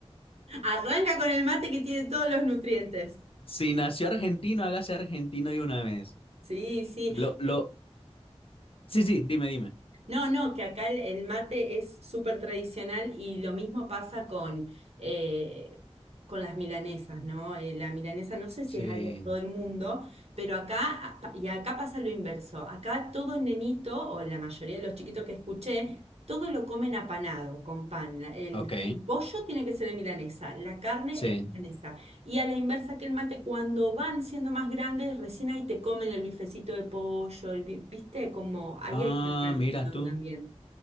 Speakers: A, on the right; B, on the left.
A: Arranca con el mate que tiene todos los nutrientes.
B: Si nació argentino, hágase argentino de una vez.
A: Sí, sí.
B: Lo, lo...
A: Eh,
B: Sí, sí, dime, dime.
A: No, no, que acá el, el mate es súper tradicional y lo mismo pasa con, eh, con las milanesas, ¿no? Eh, la milanesa no sé si
B: Sí,
A: es algo de todo el mundo, pero acá, pa- y acá pasa lo inverso. Acá todo nenito, o la mayoría de los chiquitos que escuché, todo lo comen apanado, con pan. La- El,
B: ok,
A: el pollo tiene que ser en milanesa, la carne
B: sí.
A: en milanesa. Y a la inversa que el mate, cuando van siendo más grandes, recién ahí te comen el bifecito de pollo, el bi- ¿viste? Como ahí
B: Ah,
A: hay una transición
B: mira tú.
A: también.